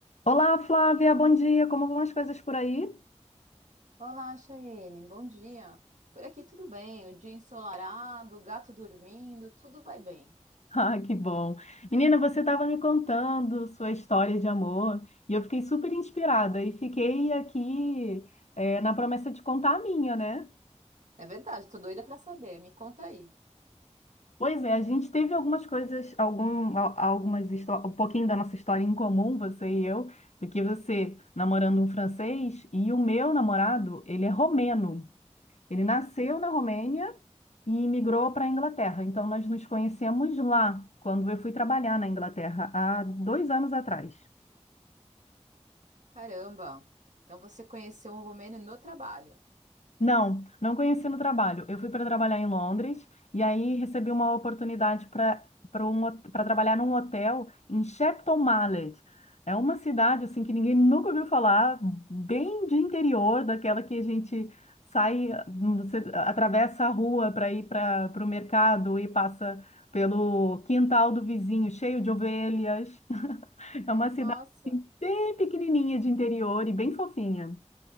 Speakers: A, on the left; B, on the right.
A: Olá, Flávia, bom dia. Como vão as coisas por aí? <laughs>
B: Olá, Chayene, bom dia. Por aqui tudo bem, o dia ensolarado, o gato dormindo, tudo vai bem.
A: Ah, que bom. Menina, você estava me contando sua história de amor e eu fiquei super inspirada e fiquei aqui, eh, na promessa de contar a minha, né?
B: É verdade, tô doida pra saber, me conta aí.
A: Pois é, a gente teve algumas coisas, algum, al- algumas histó- um pouquinho da nossa história em comum, você e eu, porque você namorando um francês e o meu namorado, ele é romeno. Ele nasceu na Romênia e migrou para a Inglaterra. Então, nós nos conhecemos lá, quando eu fui trabalhar na Inglaterra, há dois anos atrás.
B: Caramba, então você conheceu um romeno no trabalho.
A: Não, não conheci no trabalho. Eu fui para trabalhar em Londres e aí recebi uma oportunidade para para um, para trabalhar num hotel em Shepton Mallet. É uma cidade assim que ninguém nunca ouviu falar, bem de interior, daquela que a gente sai, hum, você atravessa a rua para ir para o mercado e passa pelo quintal do vizinho, cheio de ovelhas. <laughs> É uma cidade
B: Nossa.
A: assim, bem pequenininha de interior e bem fofinha.